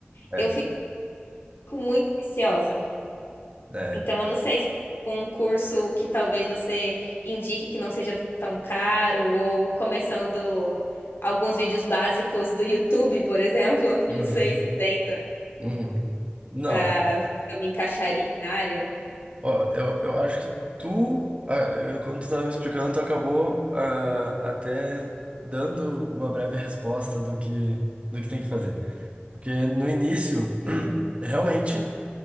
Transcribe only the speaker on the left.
eu fico muito receosa.
Então, eu não sei se com um curso que talvez você indique que não seja tão caro, ou começando alguns vídeos básicos do YouTube, por exemplo. <laughs>
Não sei se tem também,
para ver se eu me encaixaria na área.
Hum,